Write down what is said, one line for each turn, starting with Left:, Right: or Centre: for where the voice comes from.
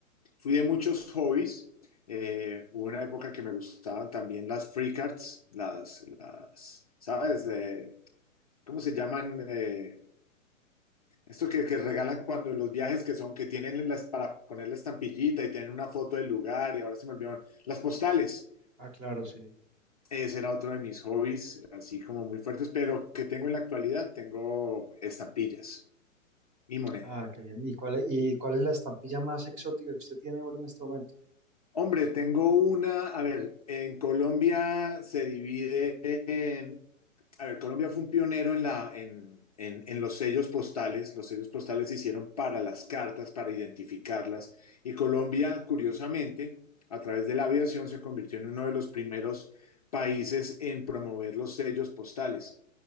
Left: fui de muchos hobbies. Eh, hubo una época que me gustaban también las free cards, las, las ¿sabes? De, ¿cómo se llaman? Eh, esto que, que regalan cuando los viajes que son, que tienen las, para poner la estampillita y tienen una foto del lugar, y ahora se me olvidaron, las postales.
Right: Ah, claro, sí.
Left: Ese era otro de mis hobbies, así como muy fuertes, pero que tengo en la actualidad, tengo estampillas y monedas.
Right: Ah, qué bien. ¿Y cuál, es- y cuál es la estampilla más exótica que usted tiene, hombre, en este momento?
Left: Hombre, tengo una, a ver, en Colombia se divide en, a ver, Colombia fue un pionero en la, en, en- en los sellos postales. Los sellos postales se hicieron para las cartas, para identificarlas. Y Colombia, curiosamente, a través de la aviación se convirtió en uno de los primeros países en promover los sellos postales.